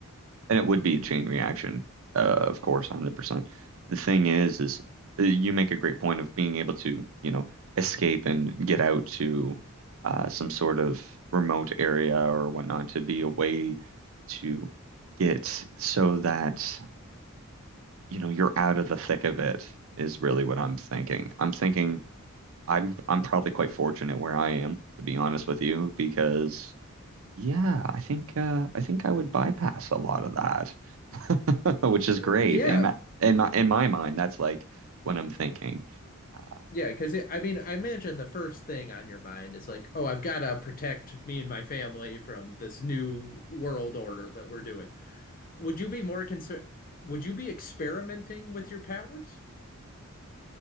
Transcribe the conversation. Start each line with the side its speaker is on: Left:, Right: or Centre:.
Right: And it would be a chain reaction, uh, of course, 100%. The thing is, is uh, you make a great point of being able to, you know, escape and get out to uh, some sort of remote area or whatnot to be away to get so that, you know, you're out of the thick of it is really what I'm thinking. I'm thinking I'm I'm probably quite fortunate where I am, to be honest with you, because yeah, I think uh, I think I would bypass a lot of that. <laughs> which is
Left: Uh,
Right: great.
Left: yeah,
Right: And my, in my in my mind, that's like what I'm thinking. Uh,
Left: yeah, because I mean, I imagine the first thing on your mind is like, oh, I've got to protect me and my family from this new world order that we're doing. Would you be more concerned? Would you be experimenting with your powers?